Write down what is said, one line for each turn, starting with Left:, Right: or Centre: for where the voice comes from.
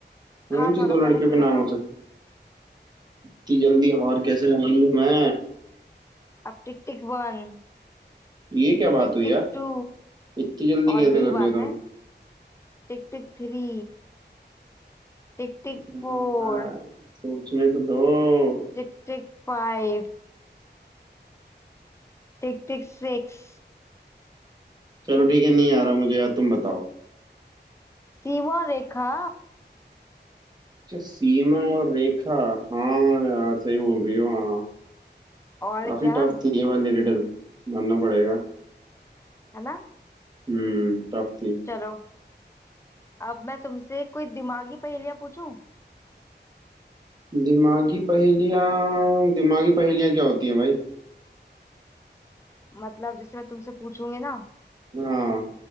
Right: कौन
Left: हार मानो
Right: सी दो लड़कियों
Left: पहले फिर
Right: के नाम
Left: बताऊंगी
Right: हो सकते इतनी जल्दी हार कैसे मान लूं मैं
Left: अब tick tick one
Right: ये क्या बात
Left: tick
Right: हुई
Left: tick
Right: यार
Left: two
Right: इतनी जल्दी
Left: और
Right: कैसे
Left: यही
Right: कर
Left: बात
Right: रही हो
Left: है
Right: तुम
Left: tick tick three tick tick
Right: हाँ,
Left: four
Right: सोचने तो दो
Left: tick tick five tick tick six
Right: चलो ठीक है नहीं आ रहा मुझे यार तुम बताओ
Left: सीमा रेखा
Right: अच्छा सीमा और रेखा हाँ यार सही बोल रही हो हाँ
Left: और
Right: काफी
Left: क्या
Right: टफ थी ये वाली रिडल मानना पड़ेगा
Left: है ना
Right: हम्म टफ थी
Left: चलो अब मैं तुमसे कोई दिमागी पहेलियां पूछूं
Right: दिमागी पहेलियाँ दिमागी पहेलियाँ क्या होती हैं भाई
Left: मतलब जैसे मैं तुमसे पूछूंगी ना
Right: हाँ